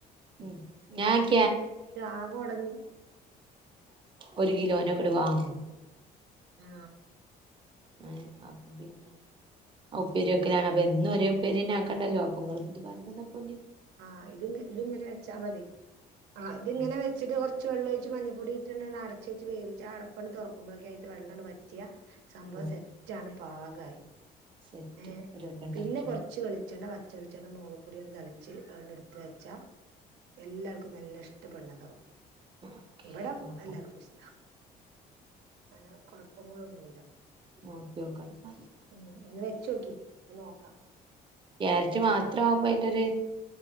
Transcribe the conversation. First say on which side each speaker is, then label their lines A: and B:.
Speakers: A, on the right; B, on the right.
A: <unintelligible> ഞാൻ
B: ആകെ ഒടഞ്ഞ്
A: ഒരു കിലോനെക്കൂടെ വാങ്ങു
B: ആ
A: പിന്നെ <unintelligible> അപ്പൊ എന്നും ഒരേ ഉപ്പേരിനെ ആക്കണ്ടല്ലോ ങ്ങളെപറ്റി പറ്ഞ്ന്നപ്പൊന്ന്
B: ആ ഇത്ങ്ങ് ഇതിങ്ങനെവെച്ചാമതി ആ ഇതിങ്ങനെ
A: ഉം
B: വെച്ചിട്ട് കൊർച്ച് വെള്ളൊഴിച്ച് മഞ്ഞപ്പൊടി ട്ട് അടച്ച്വെച്ച് വേവിച്ച ആ അടപ്പണ്ട് തൊറക്കുമ്പോളൈ ഒക്കൈതെ വെള്ളണ്ട് വറ്റിയ സംഭവം
A: ഉം
B: സെറ്റാണ് പാകായി
A: സെറ്റ്
B: ഏ
A: ഒരു വട്ടം ഇണ്ടാക്കി
B: പിന്നെ കൊറ്ച്ച്
A: നോക്കാം
B: വെളിച്ചെണ്ണ വറ്റ് ചൊയിച്ചെന്ന് മോളക്കൂടെന്ന് തളിച്ച് അഹൊന്ന്ട്ത്തച്ച എല്ലാർക്കും നല്ല ഇഷ്ടപ്പെട്ന്നതാവും
A: ഓക്കെ
B: ഇവിടം
A: നോക്കണം
B: എല്ലാർക്കുഷ്ട ഐന് കൊഴപ്പങ്ങളൊനും ന്നുല്ല
A: നോക്കിയോക്കണംന്നാല്
B: ഉം ഒന്ന് വെച്ചോക്കി അപ്പൊ നോക്കാ
A: ഏർച്ചി മാത്രാകുമ്പോ അതിൻ്റൊര്